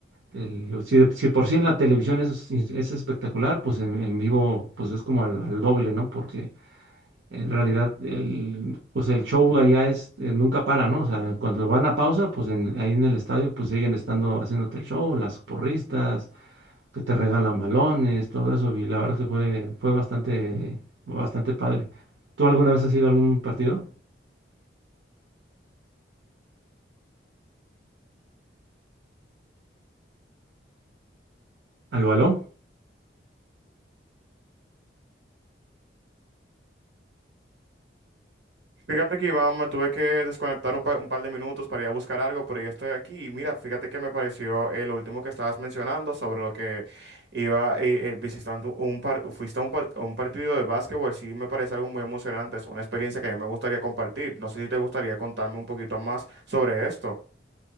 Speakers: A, on the right; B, on the right.
A: El- lo- si, de- si por sí en la televisión es, es espectacular, pues en, en vivo pues es como al, al doble, ¿no? Porque en realidad el, pues el show allá es, eh, nunca para, ¿no? O sea, cuando van a pausa, pues en- ahí en el estadio pues siguen estando haciéndote el show, las porristas, que te regalan balones, todo eso. Y la verdad que fue, fue bastante, bastante padre. ¿Tú alguna vez has ido a algún partido? ¿Al balón?
B: Fíjate que Iván, me tuve que desconectar un, pa- un par de minutos para ir a buscar algo, pero ya estoy aquí. Y mira, fíjate que me pareció eh, lo último que estabas mencionando sobre lo que iba eh, eh, visitando un par, fuiste a un, par- a un partido de básquetbol. Sí, me parece algo muy emocionante. Es una experiencia que a mí me gustaría compartir. No sé si te gustaría contarme un poquito más sobre esto.